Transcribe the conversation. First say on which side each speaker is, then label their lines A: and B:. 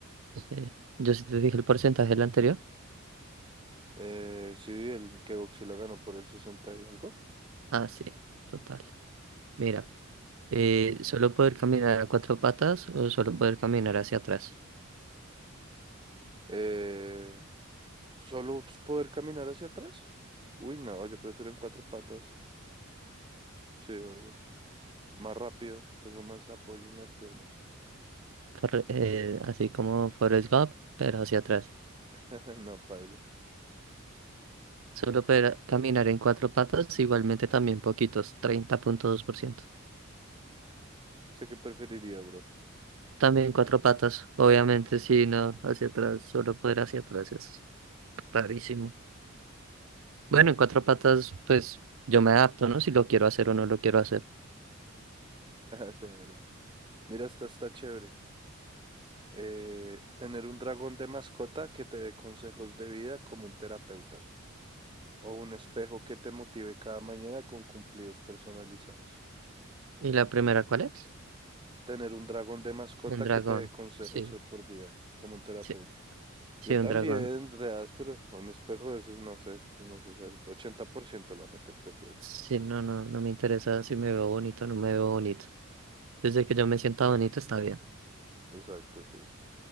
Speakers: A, on the right; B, on the right.
A: Sí. Yo sí te dije el porcentaje del anterior.
B: Eh, sí, el que Godzilla ganó por el 60 y algo.
A: Ah, sí. Total. Mira. Eh, solo poder caminar a cuatro patas o solo poder caminar hacia atrás.
B: Eh, solo pues, poder caminar hacia atrás. Uy, no, yo prefiero en cuatro patas. Sí, obvio. Más rápido, tengo más apoyo en las piernas.
A: Por- eh, así como Forrest Gump, pero hacia atrás.
B: <laughs> No, paila.
A: Solo poder caminar en cuatro patas, igualmente también poquitos, treinta punto dos por ciento
B: Sé qué preferiría, bro.
A: También cuatro patas, obviamente, sí, no, hacia atrás, solo poder hacia atrás es rarísimo. Bueno,
B: <laughs>
A: en cuatro patas, pues yo me adapto, ¿no? Si lo quiero hacer o no lo quiero hacer.
B: Severo. Mira, esta está chévere. Eh, tener un dragón de mascota que te dé consejos de vida como un terapeuta. O un espejo que te motive cada mañana con cumplidos personalizados.
A: ¿Y la primera cuál es?
B: Tener un dragón de mascota
A: Un dragón,
B: que te dé consejos
A: sí,
B: de por vida como un terapeuta.
A: sí, sí,
B: Yo
A: un
B: también,
A: dragón.
B: reas, pero un espejo de esos no sé, innecesario. ochenta por ciento la gente prefiere.
A: Sí, no, no, no me interesa si me veo bonito o no me veo bonito. Desde que yo me sienta bonito está bien.
B: Exacto, sí.